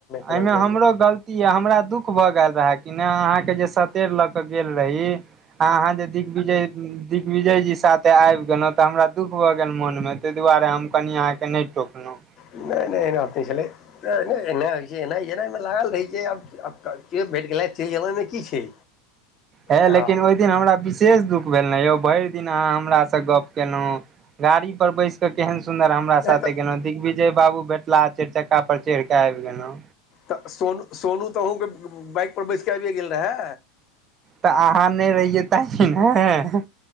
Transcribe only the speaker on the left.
केलक
जाइमे
नहि नहि एनात नहि छलै एना होइत छै एना एनामे लागल रहै छै आब आब के भेट गेलथि चलि अमैमे की छै
हँ
हे
तऽ
तऽ सोनू सोनू तऽ अहूँके बाइकपर बैसिकऽ आबियए गेल रहै